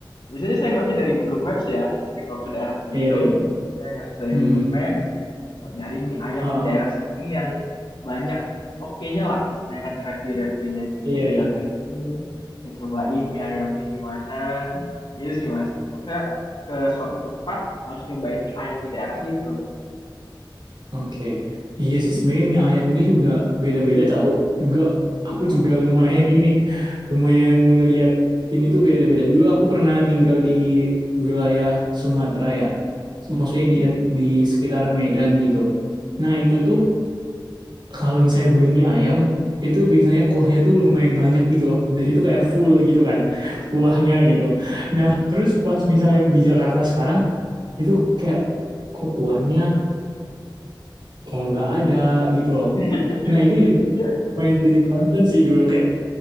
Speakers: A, on the left (about 75°); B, on the right (about 65°).
A: Biasanya saya ngeliatnya dari Google Maps ya, biasanya kalau ke daerah tertentu
B: iya, iya.
A: saya ngasih dari
B: Hmm,
A: Google Maps buat nyari mie ayam
B: heeh,
A: di daerah sini yang banyak oke-nya lah, biasanya kan review-reviewnya. Biasanya
B: iya,
A: saya
B: iya.
A: datengin, saya cobain mie ayamnya gimana. Itu sih mas, maksudnya ke suatu tempat harus nyobain mie ayam di daerah situ.
B: Oke. Iya sih
A: Hmm,
B: sebenarnya mie ayam ini juga beda-beda tahu. Enggak,
A: iya.
B: aku juga lumayan ini lumayan ngelihat ini tuh beda-beda. Dulu aku pernah tinggal di wilayah Sumatera ya. Maksudnya di
A: Hmm.
B: di sekitaran Medan gitu. Nah, itu tuh kalau misalnya beli mie ayam itu biasanya kuahnya tuh lumayan banyak gitu loh. Dan itu kayak full gitu kan kuahnya gitu. Nah, terus pas misalnya di Jakarta sekarang itu kayak kok kuahnya kayak nggak ada gitu loh.
A: <laughs>
B: Nah itu juga
A: Iya.
B: main jadi konten sih dulu kayak